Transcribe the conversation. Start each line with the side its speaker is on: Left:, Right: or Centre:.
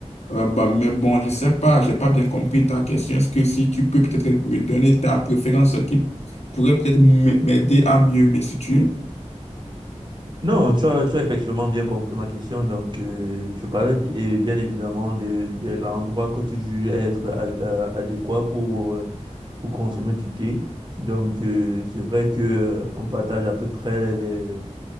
Left: Euh, bah, mais bon, je sais pas, j'ai pas bien compris ta question. Est-ce que si tu peux peut-être me donner ta préférence qui pourrait peut-être m- m'aider à mieux me situer?
Right: Non, tu as, tu as effectivement bien compris ma question. Donc, euh, je parlais bi- et bien évidemment de, de l'endroit que tu juges être a- a- adéquat pour, euh, pour consommer du thé. Donc, euh, c'est vrai que euh, on partage à peu près les,